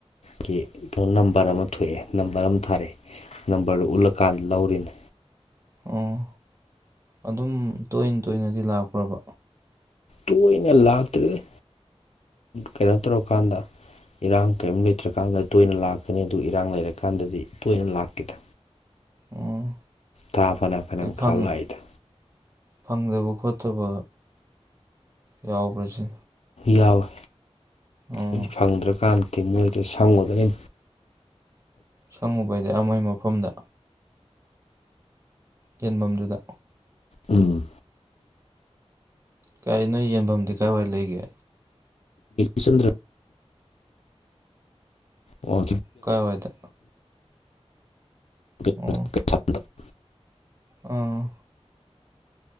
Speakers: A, on the left; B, on the right.
A: ꯀ ꯀꯩꯅꫭ ꯅꯝꯕꯔ ꯑꯃ ꯊꯣꯛꯑꯦ ꯅꯝꯕꯔ ꯑꯃ ꯊꯥꯔꯛꯑꯦ ꯅꯝꯕꯔꯗꯨ ꯎꯠꯂꯀꯥꯟꯗ ꯂꯧꯔꯤꯅꯤ꯫
B: ꯑꯣꯑ ꯑꯗꯨꯝ ꯇꯣꯏꯅ ꯇꯣꯏꯅꯗꯤ ꯂꯥꯛꯄ꯭ꯔꯕꯥ꯫
A: ꯇꯣꯏꯅ ꯂꯥꯛꯇ꯭ꯔꯦꯗꯥ ꯀꯩꯅꯣ ꯇꯧꯔꯀꯥꯟꯗꯥ꯫ ꯏꯔꯥꯡ ꯀꯔꯤꯝ ꯂꯩꯇ꯭ꯔꯀꯥꯟꯗ ꯇꯣꯏꯅ ꯂꯥꯛꯀꯅꯤ ꯑꯗꯨ ꯏꯔꯥꯡ ꯂꯩꯔꯀꯥꯟꯗꯗꯤ ꯇꯣꯏꯅ ꯂꯥꯛꯇ꯭ꯔꯦꯗꯥ
B: ꯑꯣ
A: ꯊꯥ ꯐꯅꯥꯌꯥꯝ ꯀꯥꯜꯔꯥꯒ
B: ꯑꯩ ꯐꯪ
A: ꯔꯥꯛꯏꯗ
B: ꯐꯪꯗꯕ ꯈꯣꯠꯇꯕ ꯌꯥꯎꯕ꯭ꯔꯁ
A: ꯌꯥꯎꯏꯦ
B: ꯑꯣ
A: ꯑꯩ ꯐꯪꯗ꯭ꯔꯀꯥꯟꯗꯗꯤ ꯃꯣꯏꯗ ꯁꯪꯉꯨꯗꯣꯏ
B: ꯁꯪꯉꯨꯕꯗꯤ ꯑꯃꯣꯏ ꯃꯐꯝꯗ ꯌꯦꯟꯐꯝꯗꯨꯗ
A: ꯎꯝ
B: ꯀꯥꯏ ꯅꯣꯏ ꯌꯦꯟꯐꯝꯗꯤ ꯀꯥꯏꯋꯥꯏ ꯂꯩꯒꯦ
A: ꯆꯟ꯭ꯔ <unintelligible> ꯑꯣ
B: ꯀꯥꯏꯋꯥꯏꯗ
A: ꯗ
B: ꯑꯣ ꯑꯥ